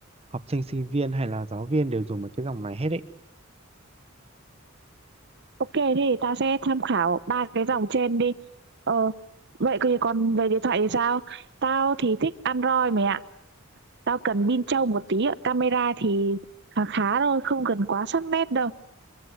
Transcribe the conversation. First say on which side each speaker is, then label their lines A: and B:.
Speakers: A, on the right; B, on the right.
A: học sinh sinh viên hay là giáo viên đều dùng một cái dòng này hết đấy.
B: Ok thì ta sẽ tham khảo ba cái dòng trên đi. Ờ, vậy thì còn về điện thoại thì sao? Tao thì thích Android mày ạ. Tao cần pin trâu một tí ạ. Camera thì khá khá thôi, không cần quá sắc nét đâu.